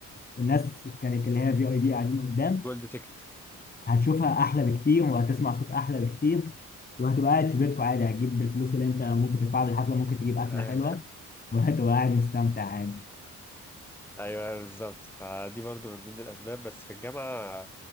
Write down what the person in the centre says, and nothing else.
جولد تيكت
أيوه
أيوة، بالظبط فدي برضو من ضمن الأسباب بس في الجامعة